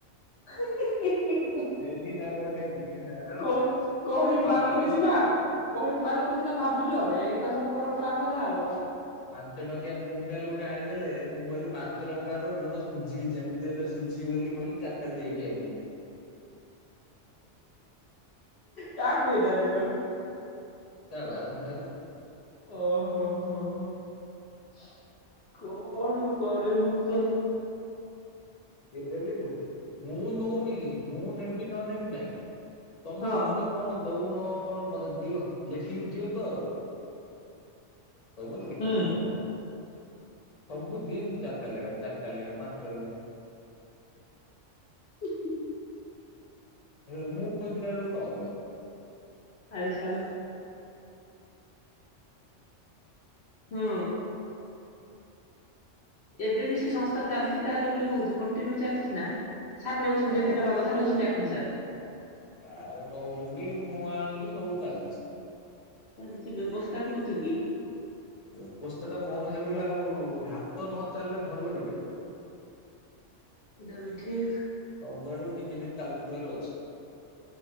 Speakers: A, on the left (about 60°); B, on the left (about 35°).
A: <inaudible>
B: ଡେଲିୀ ତାଙ୍କର ସେଇ ଗୋଟିଏ ଡାଇଲଗ
A: କହି କହିପାରିଲୁନି
B: ପାଞ୍ଚରେ
A: ସିନା କହିପାରିଲୁନି ସିନା ଭାବିଲୁ ଆଉ ଏଇଟି ତ ସମ୍ପର୍କ ଖରାପ ହେଲା ଆଉ।
B: ପାଞ୍ଚ ଟଙ୍କିଆ ମୁଗ ଡାଲ ଗୋଟେ ଆଣିଦେଲେ ମୁଁ କହିଲି ପାଞ୍ଚ ଟଙ୍କାର ଋଣ ସୁୁଝିହେଇଯା ସେଲେ ସୁଝିବ ବୋଲି କହିଲି ଚାରିଟା ଦେଇକି ଆଇଲି।
A: କାହାକୁ ଏଇଟା ଦେଲୁ?
B: କାରୁ ଆଖଣ ସାରୁ।
A: ଓହୋ ହୋ, ହୋ, ହୋ। କଣ କରିବୁ କହ?
B: ସେ ଦେଲେ ମୁଁ ଦେବୀ। ମୁଁ ନଉନି, ମୁଁ ନେବି ନ ନେବି ନାଇଁ ତମେ
A: ହଁ
B: ମତେ କଣ ଦଉନ ମତେ ଦିଅ ଲେଖିକି ଯିଅ ତ ଆଉ। ଦବନି ଲେଖିକି
A: ହୁଁ
B: ଦବ। ସବୁ ଦିନ ଚାରିଟା ଲେଖା। ଚାରିଟା ଲେଖା ପଞ୍ଚର ଲେଖା।
A: ହ
B: ହେଲେ ମୁଁ ଖୋଜିଲା ବେଳକୁ ପାଉନି ଆଉ।
A: ଆଇ ସାଲା। ହୁଁ। ଏବେ ବି ସେ ସଂସ୍ଥା ଚାଲିଛି ତାହେଲେ ବୋଲି କହୁଛି କଣ୍ଟିନ୍ୟୁ ଚାଲିଛି ନା? ସାର୍ ନେଉଛନ୍ତି
B: ହଁ
A: ଯେମତୀ ନେବା କଥା ନେଉଛନ୍ତି ଦେଖନ୍ତୁ ସାର୍।
B: ସାରେ ନଉଛନ୍ତି। ମୁଁ ଆଣୁଛିି ସବୁ ଚାଲିଛି।
A: ଚାଲିଛି ବ୍ୟବସ୍ଥା କରୁଛ କି?
B: ବେବସ୍ଥା ଟା ବନ୍ଦ ହେଇଗଲା, ଆଉ ହାତ ନ ଚାଲିଲେ ଭଲ କିରେ?
A: ସେଟା ବି ଠିକ୍।
B: ସବୁଆଡ଼କୁ ଟିକେ ଟିକେ ଚାଲୁଥିବାର ଅଛି।